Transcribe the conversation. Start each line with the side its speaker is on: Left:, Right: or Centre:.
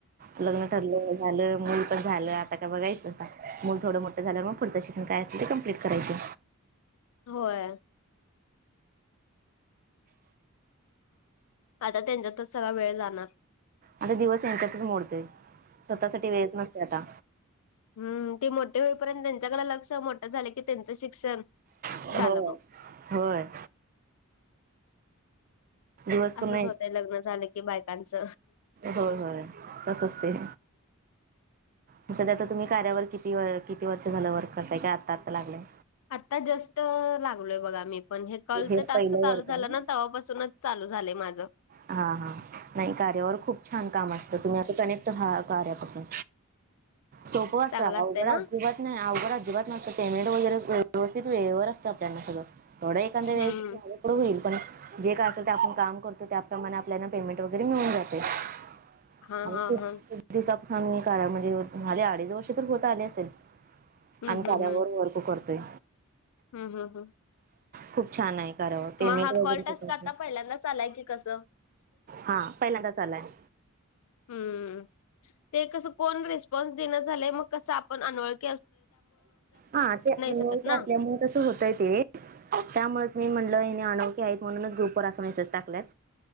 Right: लग्न ठरलं झालं, मुल पण झालं आता बघाचं आता मुल थोडं मोठं झाल्यावर मग पुढचं शिक्षण काय असल ते कंप्लीट करायचं.
Left: होय- आता त्यांच्यातच सगळा वेळ जाणार.
Right: आता दिवस ह्यांच्यात मोडतेय स्वतःसाठी वेळेच नसतोयं आता.
Left: हुं ते मोठे होईपर्यंत त्यांच्याकडं लक्ष मोठं झालं की त्यांचं शिक्षण
Right: होंय
Left: झालं मग
Right: होंय- दिवस पूर्ण
Left: असंच होतय लग्न झालं की बायकांच.
Right: होयं होयं तसच ते- म सध्या आता तुम्ही कार्यावर किती व किती वर्ष झालं वर्क करताय की आत्ता, आत्ता लागलंय?
Left: आता जस्ट लागलोय बघा मी. म्हणजे काॅलचे
Right: हे
Left: टास्क
Right: पहिलं
Left: चालू
Right: वर्क
Left: झालान
Right: आहे ना.
Left: तव्हापासूनच चालू झालय माझ.
Right: हा, हा नाही कार्यावर खूप छान काम असतं तुम्ही असं कनेक्ट व्हा कार्यापासून. सोपं असतं.
Left: चांगलं
Right: अवघड
Left: असतंय ना
Right: अजिबात नाही अवघड अजिबात नसतं पेमेंट वगैरे व्यवस्थित वेळेवर असतं आपल्यानां सगळं. थोडं एकादां
Left: हम्म
Right: वेळेस माग- पुढ होईल पण जे काय असेल ते आपण काम करतो त्याप्रमाणे आपल्यानां पेमेंट वगैरे मिळून जातेयं. <unintelligible>
Left: हा
Right: खूप
Left: हा हा
Right: दिवसांपासून आम्ही कर्या म्हणजे झाले अडीच वर्ष तर होतं आले असेल.
Left: हम्म
Right: आम्ही
Left: हम्म
Right: कार्यावर
Left: हम्म
Right: वर्क करतोय.
Left: हम्म, हम्म, हम्म.
Right: खूप छान हाय कर्यावर पेमेंट
Left: मग हा
Right: वगैरेच
Left: कॉल टास्क
Right: कसं?
Left: आता पहिल्यांदाच आलाय की कसं
Right: हा पहिल्यांदाच आलाय.
Left: हां ते कसं कोण रिस्पॉन्स दियीना झालय मग कसं आपण अनोळ-
Right: हां ते अनोळखी
Left: शकत ना
Right: असल्यामुळे तस होतंय ते- त्यामुळेच मी म्हणलं हिने आनोळखी आहेत म्हणूनच ग्रुपवर असा मेसेज टाकल्यात.